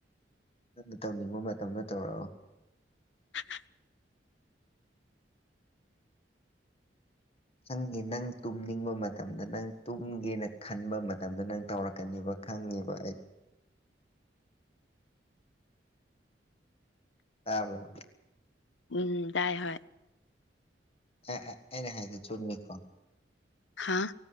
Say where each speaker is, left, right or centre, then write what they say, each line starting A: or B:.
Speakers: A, on the left (about 35°); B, on the left (about 85°).
A: ꯅꯪꯅ ꯇꯧꯅꯤꯡꯕ ꯃꯇꯝꯗ ꯇꯧꯔꯛꯑꯣ
B: <unintelligible>
A: ꯆꯪꯒꯤ ꯅꯪ ꯇꯨꯝꯅꯤꯡꯕ ꯃꯇꯝꯗ ꯅꯪ ꯇꯨꯝꯒꯦꯅ ꯈꯟꯕ ꯃꯇꯝꯗ ꯅꯪ ꯇꯧꯔꯛꯀꯅꯦꯕ ꯈꯪꯉꯤꯕ ꯑꯩ ꯇꯕ꯭ꯔ
B: ꯎꯝ ꯇꯥꯏ ꯍꯣꯏ
A: ꯑ ꯑ ꯑꯩꯅ ꯍꯥꯏꯗꯣ ꯆꯨꯝꯃꯤꯅꯤ
B: ꯍꯥꯥ